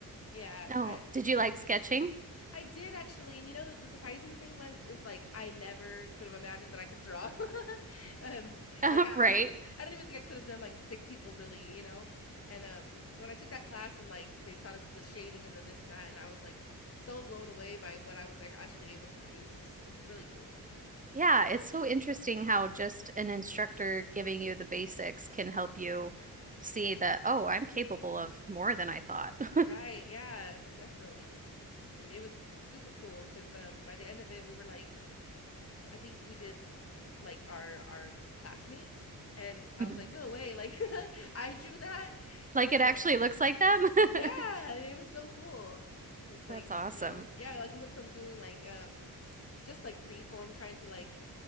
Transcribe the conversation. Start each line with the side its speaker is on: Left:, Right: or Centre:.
Left: yeah,
Right: Oh,
Left: I,
Right: did you like sketching?
Left: I did actually, and you know the, the surprising thing was is like I never could have imagined that I could draw. <laughs> um,
Right: <laughs>
Left: like I,
Right: Right.
Left: I, I don't even think I could have done like stick people really, you know. And um, when I took that class and like they taught us the shading and the this and that, and I was like so blown away by what I was actually able to produce. is really cool.
Right: Yeah, it's so interesting how just an instructor giving you the basics can help you see that, oh, I'm capable of more than I thought. <laughs>
Left: Right? Yeah, definitely. And it was super cool because um, by the end of it, we were like I think we did like our our classmate and I
Right: Mhm.
Left: was like, no way, like <laughs> I drew that, you
Right: Like
Left: know,
Right: it
Left: but
Right: actually looks like them.
Left: yeah,
Right: <laughs>
Left: it was so cool. It was like,
Right: That's awesome.
Left: you know, yeah, like we went from doing like um just like free form trying to like